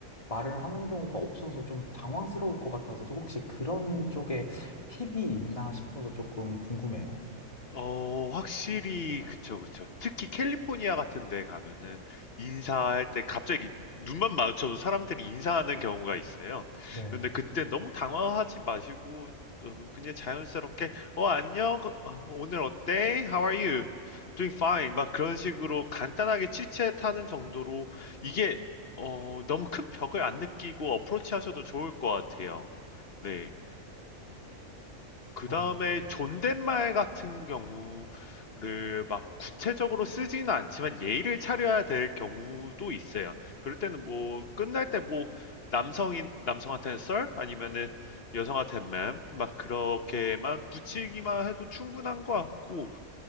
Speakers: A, on the left; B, on the left.
A: 말을 하는 경우가 없어서 좀 당황스러울 것 같아서 혹시 그런 쪽에 팁이 있나 싶어서 조금 궁금해요.
B: 어 확실히 그쵸, 그쵸. 특히 캘리포니아 같은 데 가면은 인사할 때 갑자기 눈만 마주쳐도 사람들이 인사하는 경우가 있어요.
A: 네.
B: 근데 그때 너무 당황하지 마시고 어 그냥 자연스럽게 "어 안녕. 어 오늘 어때? How are you? Doing fine." 막 그런 식으로 간단하게 치 h 하는 정도로 이게 어 너무 큰 벽을 안 느끼고 approach하셔도 좋을 것 같아요. 네. 어. 그
A: 어,
B: 다음에
A: 네.
B: 존댓말 같은 경우를 막 구체적으로 쓰지는 않지만 예의를 차려야 될 경우도 있어요. 그럴 때는 뭐 끝날 때 뭐 남성인 남성한테는 썰 아니면은 여성한테는 맴막 그렇게만 붙이기만 해도 충분한 것 같고